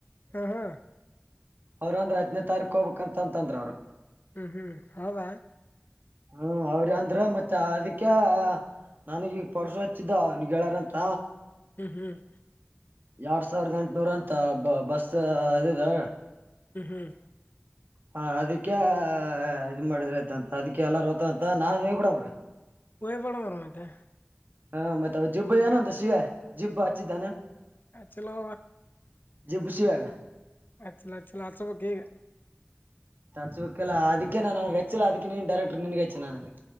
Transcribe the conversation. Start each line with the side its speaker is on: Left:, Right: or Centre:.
Left: ಹಾ ಹಾ
Right: ಅವ್ರಂದ್ರೆ ಹತನೇ ತಾರೀಕ ಹೋಗ್ಬೇಕಕ್ಂತಂತಂದ್ರ ಅವ್ರು
Left: ಹ್ಮ್ ಹ್ಮ್ ಹೌದ
Right: ಹ್ಮ್ ಅವ್ರ ಅಂದ್ರ ಮತ್ತ ಅದಕ್ಕೆ ನನಗ ಈಗ ಪರ್ಸು ಹಚ್ಚಿದ್ದ ಅವನ್ಗರಂತ
Left: ಹ್ಮ್ ಹ್ಮ್
Right: ಎರಡ್ ಸಾವಿರದ ಎಂಟನೂರ ಅಂತ ಬ ಬಸ್ ಇದಿದೆ
Left: ಹ್ಮ್ ಹ್ಮ್
Right: ಹ ಅದಕ್ಕೆ ಇದ್ ಮಾಡಿದ್ರ ಆಯ್ತಂತ ಅದಕ್ಕೆ ಎಲ್ಲಾರು ಓ್ತಂತ ನಾನ್ ಹೇ ಬಿಡವ್ರಿ
Left: ಹೋಗಿ ಬಾರಾಮಯತೆ
Right: ಹಾ ಮತ್ತೆ ಅವ ಜಿಬ್ಬ ಏನ ಅಂದ ಶಿವ ಜಿಬ್ಬು ಹಚ್ಚಿದ್ದಾನ
Left: ಚಲೋ
Right: ಜಿ ಬುಷಾಗ
Left: ಅ ಚಿಲ ಚಿಲ ಅಚ್ ಬೇಕು ಈಗ
Right: ಚ್ ಬುಕ್ಕೆಲ್ಲ ಅದಕ್ಕೆ ನಾನನ್ ಅವ್ಗೆಗಚ್ಚಿಲ್ಲ ಅದಕ್ಕೆ ನೀನ್ ಡೈರೆಕ್ರ್ ನಿನ್ಗೆಚ್ಚೆ ನ ನನ